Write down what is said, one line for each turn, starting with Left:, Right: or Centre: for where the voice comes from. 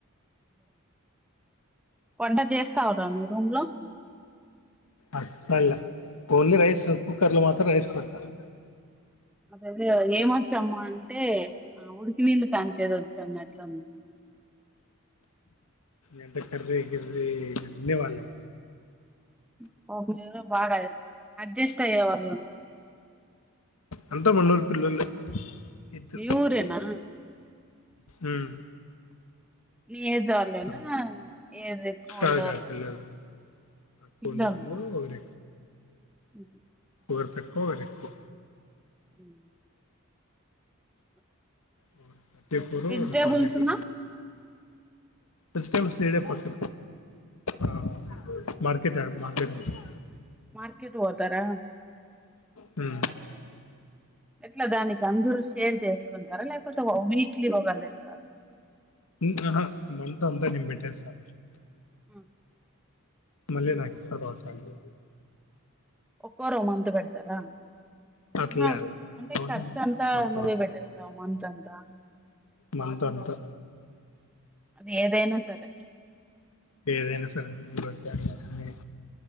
Centre: వంట చేస్తావు రా నువ్ రూమ్ లో
Left: అస్సలు ఓన్లీ రైస్ కుక్కర్ లో మాత్రం రైస్ <unintelligible>
Centre: అదదే ఏమొచ్చమ్మ అంటే ఆ ఉడికి నీళ్ళు కాంచేది వచ్చు అన్నట్లు ఉంది.
Left: ఏంట కర్రి గిర్రి అన్ని వాళ్లెం
Centre: <unintelligible> బాగాయ్ అడ్జస్ట్ అయ్యే వాళ్ళు ఉన్నారు.
Left: అంతమన్నూరు పిల్లోల్లే ఇద్దరు
Centre: మీ ఊరేనా
Left: మ్మ్
Centre: నీ ఏజ్ వాళ్ ఏనా
Left: అంత
Centre: ఏజ్ ఎక్కువ
Left: కాదు
Centre: ఉండవాళ్
Left: కాదు పిల్లలు తక్కువ
Centre: పిల్లోల్ల
Left: ఉండేవాళ్ళు ఒకరు
Centre: హు హ్మ్
Left: ఒకర్ తక్కువ ఒకర్ ఎక్కువ
Centre: ఇం
Left: వోడు థర్టీ ఫోర్ వోడ్
Centre: వెజిటేబుల్స్
Left: ట్వంటీ టూ
Centre: ను
Left: వెజిటెబుల్స్ ఇడే పక్కన ఆ మార్కెట్ యా మార్కెట్ పోతాయి
Centre: మార్కెట్ పోతారా
Left: హుమ్
Centre: ఎట్లా దాని కిఅందూర్ షేర్ చేసుకుంటారా లేకపోతే వీక్లీ ఒకర్ చేస్తారా
Left: ఇం హ్ హా మంత్ అంత నేన్ బెట్టేస్తా
Centre: అ
Left: మళ్ళీ నాకిస్తార్ వాల్ ఛార్జిల్
Centre: ఒక్కోర్ ఒ మంత్ పెడ్ తారా
Left: అట్లే
Centre: ఆహా
Left: అలా
Centre: అంటే
Left: మొత్తం
Centre: ఖర్చు
Left: నేను
Centre: అంతా
Left: మొత్తం
Centre: నువ్వే పెట్టేస్తావ మన్ తండ్రా
Left: మంత్ అంతా
Centre: ఆది ఏదైనా సరే
Left: ఏదైనా సరే <unintelligible>